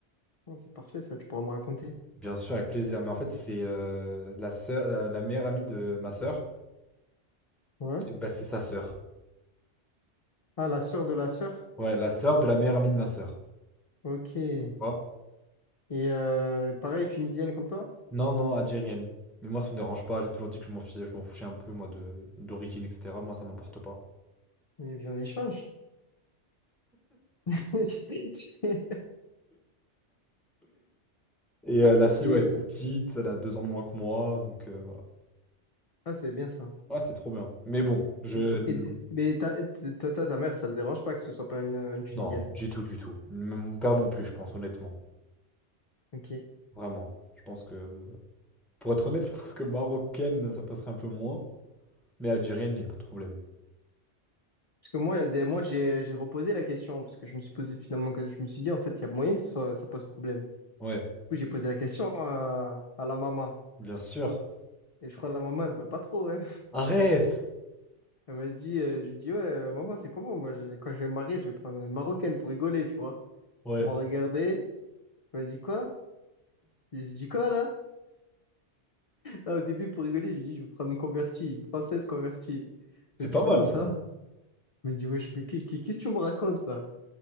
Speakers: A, on the left; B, in the centre.
A: Oh, c'est parfait, ça, tu pourras me raconter.
B: bien sûr, avec plaisir. Mais en fait, c'est euh, la sœur, la, la meilleure amie de ma sœur.
A: Ouais.
B: Et Bah, c'est sa sœur.
A: Ah, la sœur de la sœur.
B: Ouais, la sœur de la meilleure amie de ma sœur.
A: Ok. Et
B: Tu
A: euh, pareil, tunisienne comme toi,
B: Non, non, algérienne. Mais moi, ça me dérange pas. J'ai toujours dit que je m'en fichais, je m'en fichais un peu, moi, de d'origine, etc. Moi, ça m'importe pas.
A: mais vie en échange. <laughs>
B: Et euh, la fille,
A: Et
B: ouais, elle est plus petite, elle a deux ans de moins que moi, donc euh, voilà.
A: ah, c'est bien ça.
B: Ouais, c'est trop bien. Mais bon, je...
A: Et, et- mais ta, ta, ta, ta mère, ça le dérange pas que ce soit pas une, une tunisienne.
B: Non, du tout, du tout. Même Mon père non plus, je pense, honnêtement.
A: Ok.
B: Vraiment. Je pense que... Pour être honnête, <laughs> je pense que marocaine, ça passerait un peu moins. Mais algérienne, il n'y a pas de problème.
A: Parce que moi, il y a des, moi, j'ai, j'ai reposé la question parce que je me suis posé finalement, que je me suis dit en fait, il y a moyen que ce ça pose problème. Du
B: Ouais,
A: coup, j'ai posé la question à, à la maman.
B: bien sûr.
A: Et je crois que la maman, elle veut pas trop, hein.
B: Arrête!
A: Elle m'a dit, euh, je lui dis, ouais, euh, maman, c'est comment? Moi, je- quand je vais me marier, je vais prendre une Marocaine pour rigoler, tu vois.
B: Ouais.
A: Elle m'a regardé, elle m'a dit quoi? Je lui dis quoi, là? Là, au début, pour rigoler, je lui dis, je vais prendre une convertie, une française convertie. Elle
B: C'est
A: m'a dit,
B: pas
A: comment
B: mal, ça.
A: ça? Elle m'a dit, wesh, mais qu'est- qu'est- qu'est-ce que tu me racontes, là?